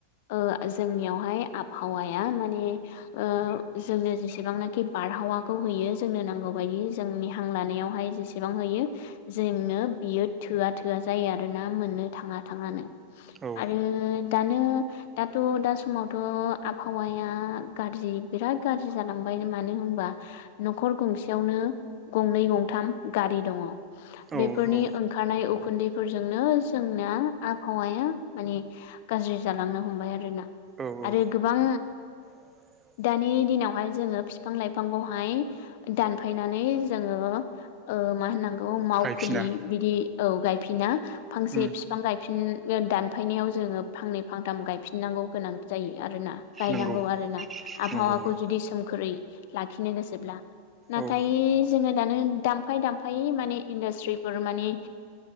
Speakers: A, on the left; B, on the right.
A: ओ जोंनियावहाय आबहावाया माने ओ जोंनो जेसेबांनाखि बारहावाखौ होयो जोंनो नांगौबायदि जोंनि हां लानायावहाय जेसेबां होयो जोंनो बियो थोआ- थोआ जायो आरोना मोननो थाङा थाङानो
B: औ
A: आरो दानो दाथ' दा समावथ' आबहावाया गाज्रि बिराद गाज्रि जालांबाय मानो होनबा न'खर गंसेयावनो गंनै, गंथाम गारि दं
B: औ
A: बेफोरनि
B: औ
A: ओंखारनाय उखुन्दैफोरजोंनो जोंना आब हावाया माने गाज्रि जालांनो हमबाय आरोना
B: औ
A: आरो गोबां
B: <inaudible>
A: दानि दिनावहाय जोङो फिफां-लाइफांखौहाय दानफायनानै जोङो मा होनांगौ मावखुलि
B: गायफिना
A: बिदि औ गायफिना फांसे
B: उम
A: फिफां गाय फिन दानफायनायाव जोङो फांनै, फांथाम गायफिननांगौ गोनां जायो आरोना गायनांगौ
B: नंगौ
A: आरो आरोना आबहावाखौ
B: नंगौ नंगौ
A: जुदि सोमखोरै लाखिनो गोसोब्ला नाथाय
B: औ
A: जोङो दानो दामफाय दामफायै माने इन्डास्ट्रिफोर माने